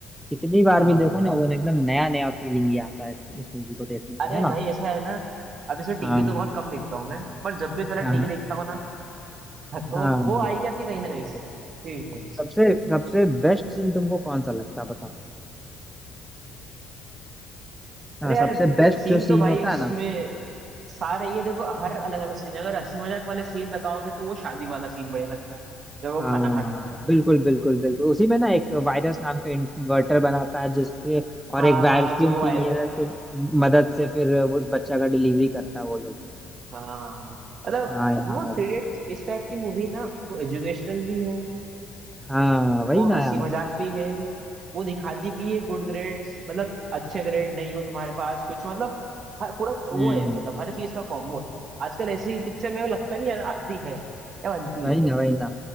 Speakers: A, in the centre; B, on the right.
A: कितनी बार
B: हाँ
A: भी देखो ना वो एकदम नया नया फीलिंग ही आता है इस मूवी को देखने से
B: अरे
A: है ना
B: भाई ऐसा है ना अब इसे टीवी
A: हाँ
B: तो बहुत कम देखता हूँ मैं पर जब भी साला टीवी
A: हाँ
B: देखता हूँ ना हाँ, तो
A: हाँ
B: वो
A: हाँ।
B: आई जाती है कहीं ना कहीं से थ्री इडियट्स
A: सबसे सबसे बेस्ट सीन तुमको कौन सा लगता है बताओ हाँ
B: अरे
A: सबसे
B: यार
A: बेस्ट
B: सीन
A: जो सीन
B: तो भाई
A: होता
B: उसमें
A: है ना
B: सारे ये देखो हर अलग अलग सीन है। अगर हंसी मजाक वाले सीन बताओगे तो वो शादी वाला सीन बढ़िया लगता है जब वो
A: हाँ
B: खाना खाते हैं
A: बिल्कुल बिल्कुल बिल्कुल उसी में ना एक वायरस नाम का इन्वर्टर बनाता है जिससे और
B: हाँ
A: एक वैक्यूम
B: हाँ जो
A: क्लीनर
B: वायरल
A: की मदद से फिर उस बच्चा का डिलीवरी करता है वो लोग
B: हाँ हाँ, हाँ। मतलब
A: हाँ यार
B: वो थ्री इडियट्स इस टाइप की मूवी ना वो एजुकेशनल भी है
A: हाँ वही
B: वो
A: ना
B: हंसी
A: यार
B: मजाक भी है वो दिखाती भी है गुड ग्रेड्स मतलब अच्छे ग्रेड नहीं हो तुम्हारे पास कुछ मतलब हर पूरा
A: हम्म
B: वो है मतलब हर चीज का कॉम्बो आजकल ऐसी पिक्चर में वो लगता नहीं यार आती है या बनती
A: वही
B: है
A: ना वही ना